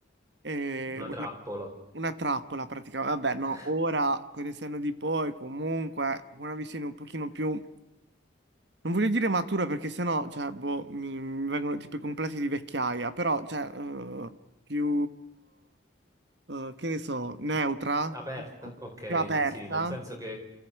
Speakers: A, on the right (about 65°); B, on the right (about 15°).
A: eh,
B: Una
A: una,
B: trappola.
A: una trappola praticamente. Vabbè, no,
B: <laughs>
A: ora con il senno di poi comunque una visione un pochino più... Non voglio dire matura perché sennò, cioè, boh, mi, mi vengono tipo i complessi di vecchiaia, però, cioè, eh, più eh, che ne so, neutra,
B: Aperta, ok,
A: più aperta,
B: sì, nel senso che,